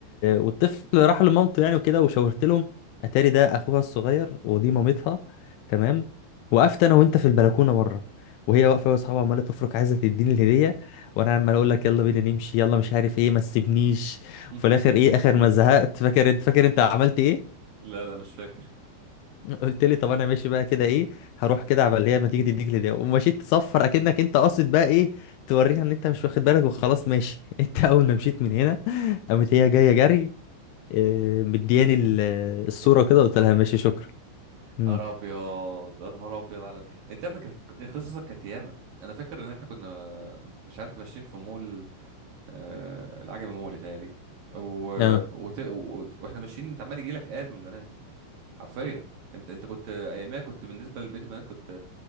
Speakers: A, on the left; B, on the right.
A: والطفل راح لمامته يعني وكده وشاورت لهم اتاري ده اخوها الصغير ودي مامتها تمام وقفت انا وانت في البلكونه بره وهي واقفه واصحابها عماله تفرك عايزه تديني الهديه وانا عمال اقول لك يلا بينا نمشي يلا مش عارف ايه ما تسيبنيش
B: <laughs>
A: وفي الاخر ايه اخر ما زهقت فاكر انت فاكر انت عملت ايه
B: لا لا مش فاكر
A: قلت لي طب انا ماشي بقى كده ايه هروح كده عبال هي ما تيجي تديك لدي ومشيت تصفر اكنك انت قاصد بقى ايه توريها ان انت مش واخد بالك وخلاص ماشي <laughs> انت اول ما مشيت من هنا قامت هي جايه جري آه، مدياني ال- الصوره
B: ال-
A: كده
B: الصورة
A: قلت لها ماشي شكرا امم
B: نهار ابيض يا نهار ابيض على انت يا ابني كانت قصصك كانت ياما انا فاكر ان احنا كنا مش عارف ماشيين في مول آه، العجمي مول يتهيألي و...
A: اه
B: وت... و... واحنا ماشيين انت عمال يجيلك اد من البنات حرفيا انت انت كنت اياميها كنت بالنسبة لبقية البنات كنت